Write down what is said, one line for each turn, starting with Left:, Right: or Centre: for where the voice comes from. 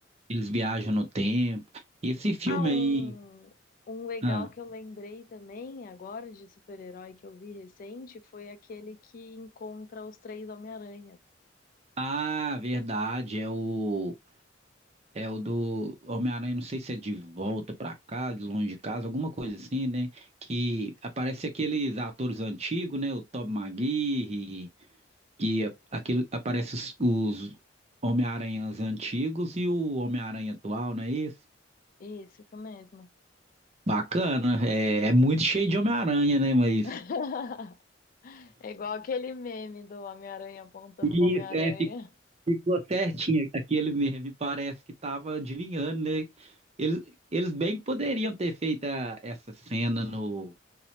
Right: Eles viajam no tempo. E esse filme
Left: Ah, um,
Right: aí.
Left: um legal
Right: Ah,
Left: que eu lembrei também agora de super-herói que eu vi recente foi aquele que encontra os três Homem-Aranhas.
Right: ah, verdade. É o. É o do Homem-Aranha, não sei se é de volta pra casa, de longe de casa, alguma coisa assim, né? Que aparece aqueles atores antigos, né? O Tobey Maguire, que a- aquele, aparece os, os Homem-Aranhas antigos e o Homem-Aranha atual, não é isso?
Left: Isso, isso mesmo.
Right: Bacana, é, é muito cheio de Homem-Aranha, né? Mas
Left: <laughs> É igual aquele meme do Homem-Aranha apontando
Right: <laughs>
Left: pro Homem-Aranha.
Right: é, Ficou certinho aquele meme, parece que tava adivinhando, né? Eles, eles bem que poderiam ter feito a- essa cena no,